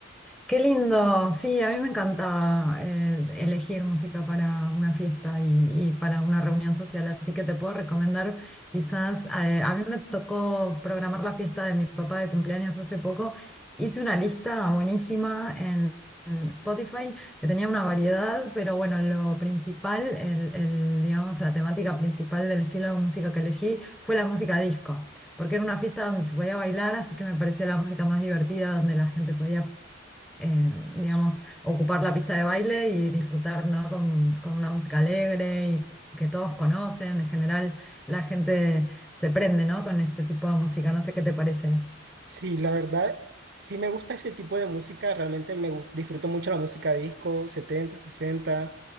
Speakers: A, in the centre; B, on the right (about 60°).
A: Qué lindo, sí, a mí me encanta eh, elegir música para una fiesta y, y para una reunión social, así que te puedo recomendar quizás, eh, a mí me tocó programar la fiesta de mi papá de cumpleaños hace poco, hice una lista buenísima en, en Spotify que tenía una variedad, pero bueno, lo principal, el, el, digamos, la temática principal del estilo de música que elegí fue la música disco. porque era una fiesta donde se podía bailar, así que me pareció la música más divertida, donde la gente podía eh, digamos, ocupar la pista de baile y disfrutar, ¿no? con, con una música alegre y que todos conocen. En general, la gente se prende, ¿no? con este tipo de música. No sé qué te parece.
B: Sí, la verdad, sí me gusta ese tipo de música, realmente me gus- disfruto mucho la música disco, 70, 60.